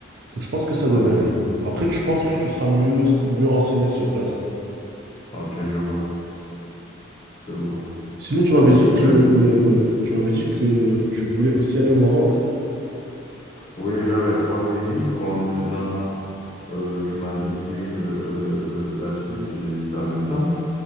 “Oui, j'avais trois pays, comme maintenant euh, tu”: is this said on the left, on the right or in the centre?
Left